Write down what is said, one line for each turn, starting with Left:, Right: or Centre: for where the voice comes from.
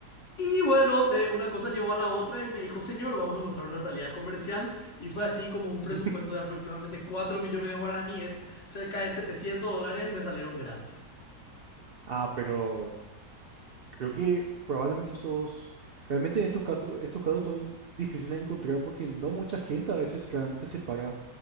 Left: y bueno, eh, una cosa llevó a la otra y me dijo, señor, vamos a encontrar una salida comercial. Y fue así como un presupuesto
Right: <laughs>
Left: de aproximadamente 4 millones de guaraníes, cerca de 700 dólares, me salieron gratis.
Right: Ah, pero Creo que probablemente esos, realmente en estos casos, estos casos son difíciles de encontrar porque no mucha gente a veces realmente se para